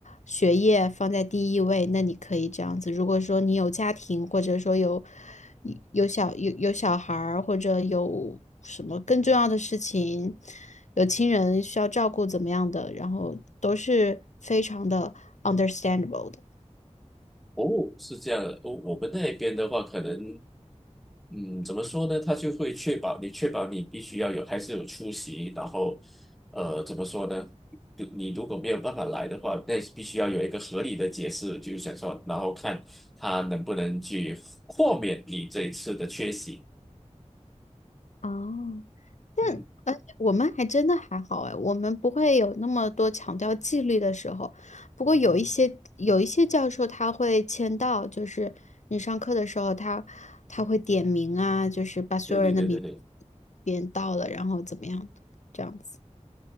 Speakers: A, on the left; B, in the centre.
A: 学业放在第一位，那你可以这样子。如果说你有家庭，或者说有有小有有小孩儿，或者有什么更重要的事情，有亲人需要照顾怎么样的，然后都是非常的 understandable 的。
B: 哦，是这样的，我我们那边的话，可能，嗯，怎么说呢？他就会确保你，确保你必须要有，还是有出席。然后，呃，怎么说呢？你你如果没有办法来的话，那必须要有一个合理的解释，就是想说，然后看他能不能去豁免你这一次的缺席。
A: 哦，
B: 嗯，
A: 哎，我们还真的还好哎，我们不会有那么多强调纪律的时候。不过有一些有一些教授他会签到，就是你上课的时候他他会点名啊，就是把所有人的名
B: 对对对对对，
A: 编到了，然后怎么样，这样子。